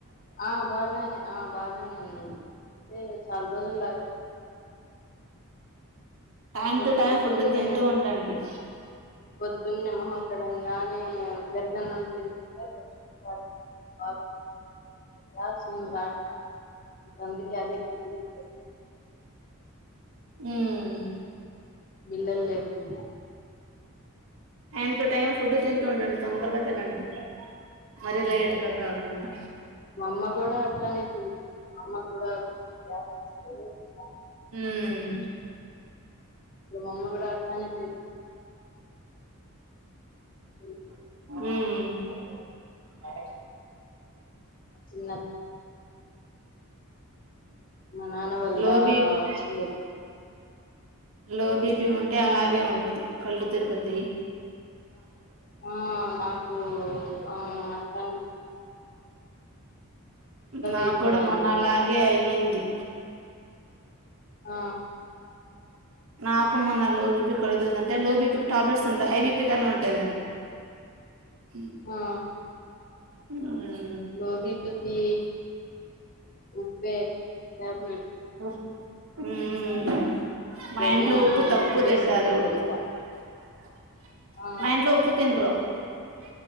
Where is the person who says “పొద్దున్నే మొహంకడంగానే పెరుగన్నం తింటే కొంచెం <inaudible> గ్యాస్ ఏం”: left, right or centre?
Left